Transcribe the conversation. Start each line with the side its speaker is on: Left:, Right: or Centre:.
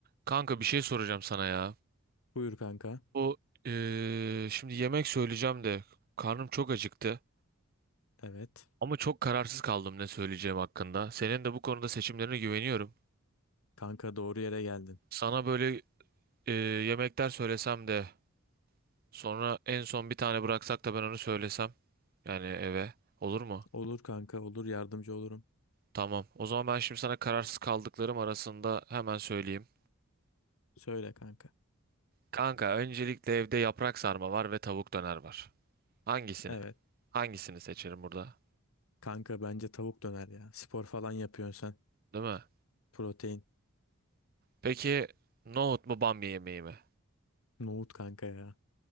Right: Kanka bir şey soracağım sana ya.
Left: Buyur kanka.
Right: Bu eee, şimdi yemek söyleyeceğim de karnım çok acıktı.
Left: Evet.
Right: Ama çok kararsız kaldım ne söyleyeceğim hakkında. Senin de bu konuda seçimlerine güveniyorum.
Left: Kanka doğru yere geldin.
Right: Sana böyle eee, yemekler söylesem de sonra en son bir tane bıraksak da ben onu söylesem. Yani eve olur mu?
Left: Olur kanka olur yardımcı olurum.
Right: Tamam. O zaman ben şimdi sana kararsız kaldıklarım arasında hemen söyleyeyim.
Left: Söyle kanka.
Right: Kanka öncelikle evde yaprak sarma var ve tavuk döner var. Hangisini?
Left: Evet.
Right: Hangisini seçerim burada?
Left: Kanka bence tavuk döner ya. Spor falan yapıyorsun sen.
Right: Değil mi?
Left: Protein.
Right: Peki nohut mu bamya yemeği mi?
Left: Nohut kanka ya.